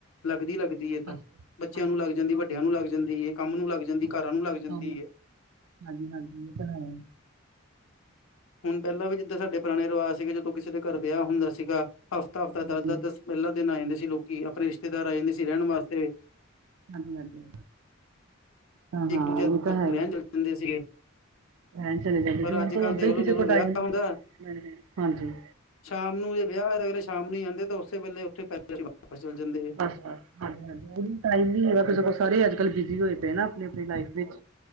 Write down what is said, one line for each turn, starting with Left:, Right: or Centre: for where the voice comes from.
Left: ਲੱਗਦੀ- ਲੱਗਦੀ ਏ ਤਾਂ।
Right: ਬਸ
Left: ਬੱਚਿਆਂ
Right: ਹਾਂਜੀ
Left: ਨੂੰ
Right: ਹਾਂਜੀ
Left: ਲੱਗ ਜਾਂਦੀ,
Right: ਬਿਲਕੁਲ
Left: ਵੱਡਿਆਂ
Right: ਸਹੀ।
Left: ਨੂੰ ਲੱਗ ਲੱਗ ਜਾਂਦੀ ਹੈ। ਕੰਮ ਨੂੰ ਲੱਗ ਜਾਂਦੀ,
Right: ਹਾਂਜੀ
Left: ਘਰਾਂ ਨੂੰ ਲੱਗ ਜਾਂਦੀ
Right: ਹਾਂ,
Left: ਏ
Right: ਹਾਂਜੀ ਹਾਂਜੀ ਇਹ ਤਾਂ ਹੈ।
Left: ਹੁਣ ਪਹਿਲਾਂ ਵੀ ਜਿੱਦਾਂ ਸਾਡੇ ਪੁਰਾਣੇ ਰਿਵਾਜ਼ ਸੀਗੇ। ਜਦੋਂ ਕਿਸੇ ਦੇ ਘਰ ਵਿਆਹ ਹੁੰਦਾ ਸੀਗਾ ਹਫ਼ਤਾ-
Right: ਹਾਂਜੀ
Left: ਹਫ਼ਤਾ ਦਸ
Right: ਸਹੀ
Left: ਦਸ ਦਸ ਪਹਿਲਾ ਦਿਨ ਆ ਜਾਂਦੇ ਸੀ ਲੋਕੀ, ਆਪਣੇ ਰਿਸ਼ਤੇਦਾਰ ਆ ਜਾਂਦੇ ਸੀ। ਰਹਿਣ ਵਾਸਤੇ
Right: ਹਾਂਜੀ ਹਾਂਜੀ। ਹਾਂ ਹਾਂ।
Left: ਇੱਕ ਦੂਜੇ
Right: ਓਹ ਤਾਂ
Left: ਦੇ
Right: ਹੈ
Left: ਰਹਿਣ
Right: ਹੀ।
Left: ਚਲੇ ਜਾਂਦੇ ਸੀਗੇ
Right: ਰਹਣ ਚਲੇ ਜਾਂਦੇ।
Left: ਪਰ
Right: ਹੁਣ
Left: ਅੱਜ
Right: ਤੇ
Left: ਕੱਲ੍ਹ
Right: ਉਂਝ
Left: ਦੇਖਲੋ
Right: ਤੇ ਕਿਸੇ
Left: ਜਦੋਂ
Right: ਕੋਲ ਟਾਈਮ
Left: ਵਿਆਹ
Right: ਨੀ
Left: ਹੁੰਦਾ
Right: ਹੈ ਹਾਂਜੀ।
Left: ਸ਼ਾਮ ਨੂੰ ਜੇ ਵਿਆਹ, ਅਗਲੇ ਸ਼ਾਮ ਨੂੰ ਹੀ ਆਉਂਦੇ, ਤਾਂ ਉਸੇ ਵੇਲੇ ਉੱਥੇ ਪੈਲਸ ਚੋ ਵਾਪਸ ਚਲੇ ਜਾਂਦੇ ਐ।
Right: ਹਾਂਜੀ ਹਾਂਜੀ। ਉਹ ਟਾਈਮ ਨੀ ਹੈਗਾ ਕਿਸੇ ਕੋਲ, ਸਾਰੇ ਅੱਜ ਕੱਲ ਬਿਜ਼ੀ ਹੋਏ ਪਏ ਨਾ, ਆਪਣੀ ਆਪਣੀ ਲਾਈਫ ਵਿੱਚ